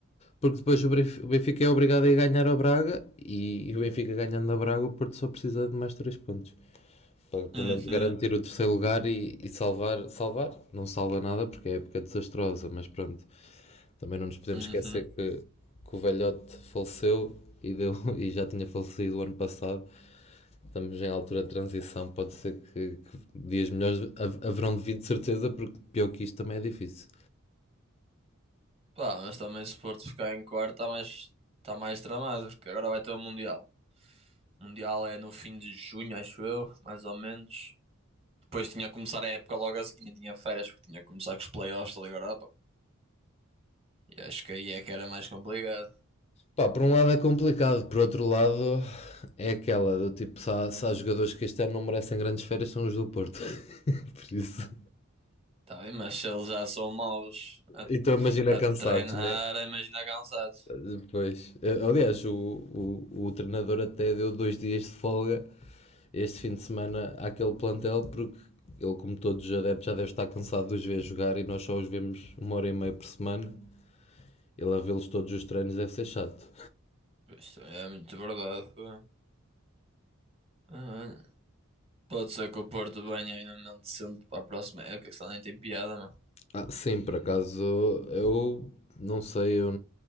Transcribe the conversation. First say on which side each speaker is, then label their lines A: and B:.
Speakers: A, on the left (about 30°); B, on the right (about 30°).
A: porque depois o Benf- o Benfica é obrigado a ir ganhar a Braga, e, e o Benfica ganhando a Braga, o Porto só precisa de mais três pontos. Para pelo
B: Uhum,
A: menos garantir o terceiro lugar e, e salvar, salvar, não salva nada porque é época desastrosa, mas pronto, também não nos podemos
B: uhum.
A: esquecer que, que o velhote faleceu e, deu, <laughs> e já tinha falecido o ano passado. Estamos em altura de transição, pode ser que, que dias melhores haverão de vir de certeza, porque pior que isto também é difícil.
B: Pá, mas também se o Porto ficar em quarto está mais, está mais tramado, porque agora vai ter o Mundial. O Mundial é no fim de junho, acho eu, mais ou menos. Depois tinha que começar a época logo a seguir, nem tinha férias, porque tinha que começar com os playoffs da Liga Europa. E acho que aí é que era mais complicado.
A: Pá, por um lado é complicado, por outro lado é aquela do tipo, se há, se há jogadores que este ano não merecem grandes férias, são os do Porto. <laughs> por isso.
B: Tá bem, mas se eles já são maus a,
A: Então imagina cansados,
B: a treinar,
A: né?
B: imagina cansados.
A: Depois, eh, aliás, o, o, o treinador até deu dois dias de folga este fim de semana àquele plantel, porque ele, como todos os adeptos, já deve estar cansado de os ver jogar e nós só os vemos uma hora e meia por semana. Ele a vê-los todos os treinos deve ser chato.
B: Isto é muito verdade. pô. Ah, olha, Pode ser que o Porto venha ainda mente decente para a próxima época, que senão nem tem piada,
A: Ah, sim, por acaso, eu não sei, eu,